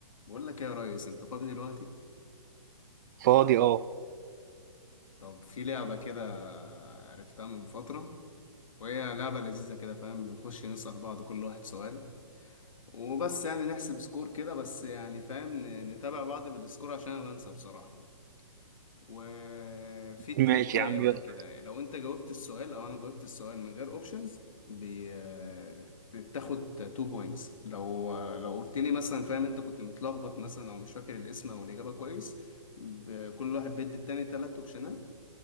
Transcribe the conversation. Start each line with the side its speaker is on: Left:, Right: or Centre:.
Left: بقول لك إيه يا ريس انت فاضي دلوقتي
Right: فاضي اه
Left: طب في لعبة كده عرفتها من فترة وهي لعبة لذيذة كده فاهم بنخش نسأل بعض كل واحد سؤال وبس يعني نحسب سكور كده بس يعني فاهم ن- نتابع بعض بالسكور عشان انا بنسى بصراحة وفي تريكاية
Right: ماشي يا عم
Left: بقى
Right: يلا
Left: كده لو انت جاوبت السؤال او انا جاوبت السؤال من غير اوبشنز بي... آه، بتاخد 2 بوينتس لو لو قلت لي مثلا فاهم انت كنت متلخبط مثلا او مش فاكر الاسم او الاجابة كويس ب... كل واحد بيدي التاني تلات اوبشنات